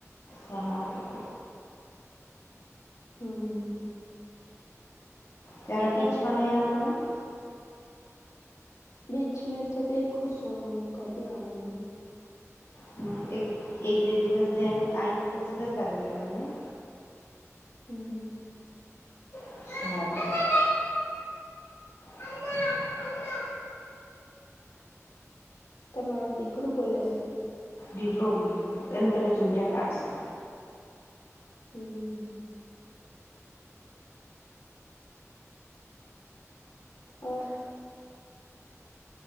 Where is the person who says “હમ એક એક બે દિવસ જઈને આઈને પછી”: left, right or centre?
Left